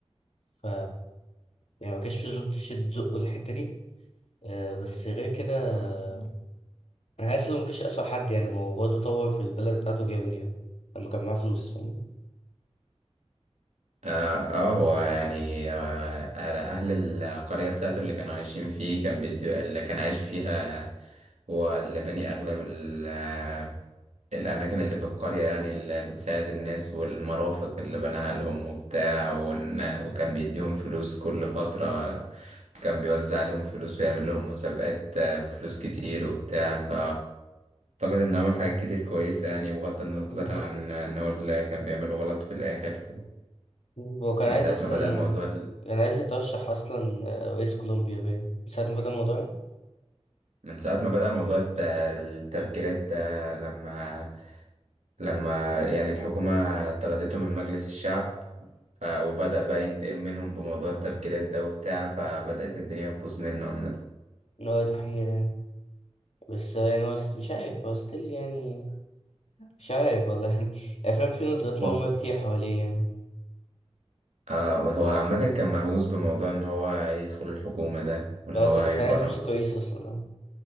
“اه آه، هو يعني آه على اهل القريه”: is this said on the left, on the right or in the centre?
Right